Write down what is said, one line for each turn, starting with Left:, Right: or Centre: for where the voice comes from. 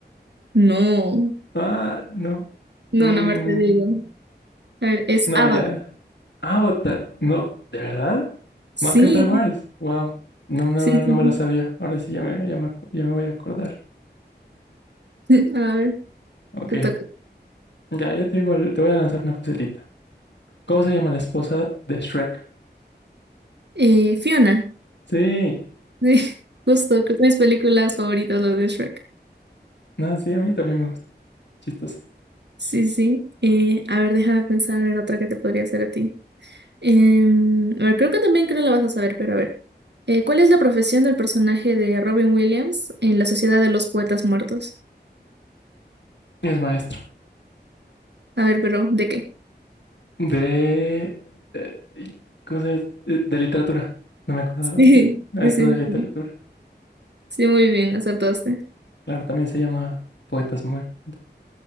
Right: No,
Left: Ah, no.
Right: no,
Left: Mm,
Right: no, a ver, te digo. A ver, es
Left: no,
Right: Avatar.
Left: ya. Avatar. No, ¿de verdad?
Right: Sí,
Left: Más que Star Wars. Wow. No, no,
Right: sí, sí.
Left: no me la sabía. Ahora sí ya me, ya me, acu- ya me voy a acordar.
Right: <laughs> A ver,
Left: Ok.
Right: te toca.
Left: Ya, ya te digo, te voy a lanzar una facilita. ¿Cómo se llama la esposa de Shrek?
Right: Eh, Fiona,
Left: Sí.
Right: <laughs> sí, justo, creo que es mis películas favoritas, las de Shrek.
Left: No, sí, a mí también me gusta. Chistoso.
Right: Sí, sí. Eh, a ver, déjame pensar en otra que te podría hacer a ti. Em, a ver, creo que también creo la vas a saber, pero a ver. Eh, ¿cuál es la profesión del personaje de Robin Williams en La Sociedad de los Poetas Muertos?
Left: Es maestro
Right: A ver, pero ¿de qué?
Left: de... eh, ¿cómo se llama? Eh, De literatura. No me acuerdo
Right: <laughs> Sí,
Left: de la materia. No,
Right: sí,
Left: esto
Right: sí,
Left: de literatura.
Right: sí. Sí, muy bien, acertaste.
Left: Claro, también se llama Poetas Muertos.